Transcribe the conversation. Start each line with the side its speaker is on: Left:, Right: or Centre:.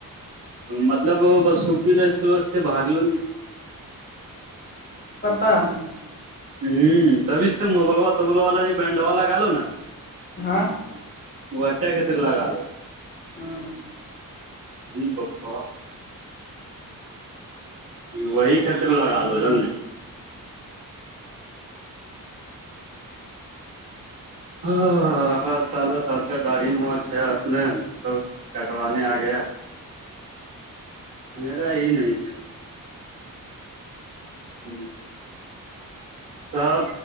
Right: مطلب بس سوپی ل اسکولے باگ ل
Left: پرتان
Right: ہوں کبھی تو مبل و توبل والا ج برانڈ والا گالو نا
Left: ہاں
Right: وٹیا خطر لگال
Left: ہاں
Right: جی بپا وہی ختر لگا لو جان ہاں ہ ہر سالو سال کا داڑی ماچ ہے اس سو کٹوانے آ گیا میرا یہ نہیں ہے ہی سب